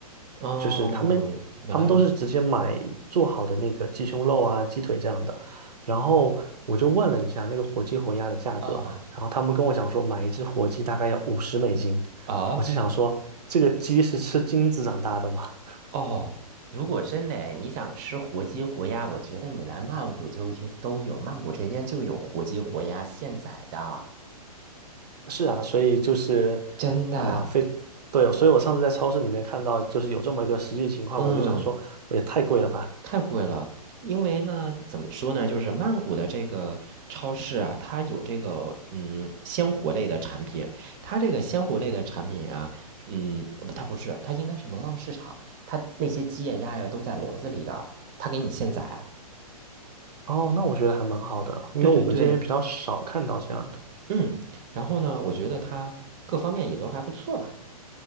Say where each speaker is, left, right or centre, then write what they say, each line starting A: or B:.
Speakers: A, on the right; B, on the right.
A: 哦，
B: 就是他们他们都是直接买做好的那个鸡胸肉啊、
A: 原来是
B: 鸡腿这样的。然后我就问了一下那个活鸡活鸭的价格，
A: 哦
B: 然后他们跟我讲说买一只活鸡大概要五十美金，
A: 啊
B: 我就想说这个鸡是吃金子长大的吗？<laughs>
A: 哦。如果真的你想吃活鸡活鸭，我觉得你来曼谷就有都有，曼谷这边就有活鸡活鸭现宰的，
B: 是啊，所以就是，
A: 真的。
B: 呃，非，对，所以我上次在超市里面看到，就是有这么一个实际情况，
A: 嗯，
B: 我就想说，也太贵了吧。
A: 太贵了，因为呢，怎么说呢，就是曼谷的这个超市啊，它有这个嗯鲜活类的产品，它这个鲜活类的产品啊，嗯，不它不是，它应该是农贸市场，它那些鸡呀、鸭呀都在笼子里的，它给你现宰。
B: 哦，那我觉得还蛮好的，因为我们这边比较少看到这样的。
A: 对对对，嗯，然后呢，我觉得它各方面也都还不错吧，